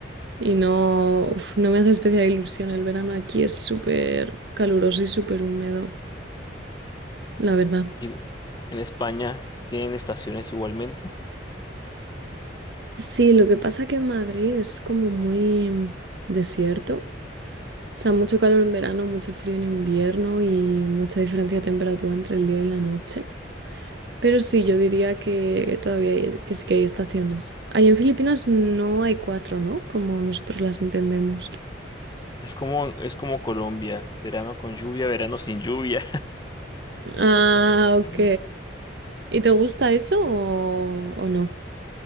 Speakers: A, on the right (about 65°); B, on the left (about 25°).
A: Y no, uf, no me hace especial ilusión. El verano aquí es súper caluroso y súper húmedo, la verdad.
B: Y en España tienen estaciones igualmente.
A: Sí, lo que pasa que en Madrid es como muy mm, desierto. O sea, mucho calor en verano, mucho frío en invierno y mucha diferencia de temperatura entre el día y la noche. Pero sí, yo diría que todavía hay- que sí que hay estaciones. Ahí en Filipinas no hay cuatro, ¿no? Como nosotros las entendemos.
B: Es como, es como Colombia, verano con lluvia, verano sin lluvia.
A: Ah, ok.
B: <laughs>
A: ¿Y te gusta eso o, o no?